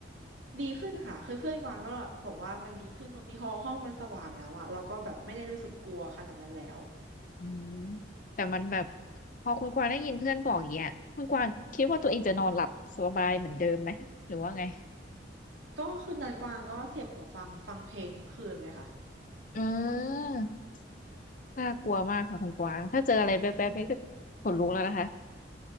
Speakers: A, on the right (about 90°); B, on the left (about 45°).
A: ดีขึ้นค่ะคือเพื่อนกวางก็บอกว่ามันดีขึ้นตรงที่ห้องห้องมันสว่างแล้วอะเราก็แบบไม่ได้รู้สึกกลัวขนาดนั้นแล้ว
B: อืมแต่มันแบบพอคุณกวางได้ยินเพื่อนบอกอย่างเงี้ยคุณกวางคิดว่าตัวเองจะนอนหลับสบายเหมือนเดิมไหมหรือว่าไง
A: ก็คืนนั้นกวางก็เสียบหูฟังฟังเพลงทั้งคืนเลยค่ะ
B: อืมน่ากลัวมากค่ะคุณกวางถ้าเจออะไรแบบๆนี้ก็ขนลุกแล้วนะคะ